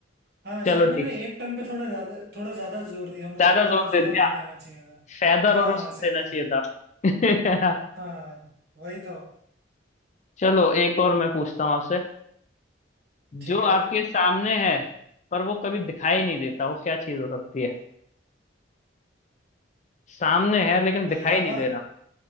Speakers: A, on the right (about 55°); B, on the left (about 35°).
A: हाँ
B: चलो
A: शायद मैंने
B: ठीक
A: एक टन पे थोड़ा ज्यादा थोड़ा ज्यादा जोर दिया मुझे
B: ज्यादा
A: इतना
B: जोर दे
A: जोर
B: दिया
A: नहीं देना चाहिए था
B: फेदर
A: हाँ
B: और उस
A: हाँ,
B: पे
A: सही
B: देना
A: बात
B: चाहिए
A: है
B: था
A: हाँ वही तो
B: <laughs> चलो एक और मैं पूछता हूँ आपसे
A: ठीक
B: जो
A: है
B: आपके
A: भाई
B: सामने है पर वो कभी दिखाई नहीं देता वो क्या चीज हो सकती है सामने है लेकिन दिखाई
A: भाई हवा
B: नहीं दे रहा